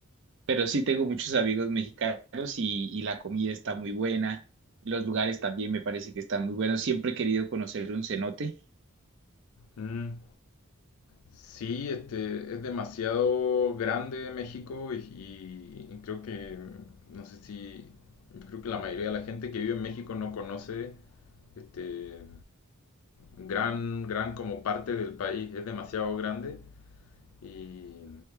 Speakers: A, on the right; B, on the left.
A: pero sí tengo muchos amigos mexicanos y, y la comida está muy buena. Los lugares también me parece que están muy buenos. Siempre he querido conocer un cenote,
B: mm. Sí, este, es demasiado grande México y, y- y creo que, no sé si, creo que la mayoría de la gente que vive en México no conoce este gran, gran como parte del país. Es demasiado grande Y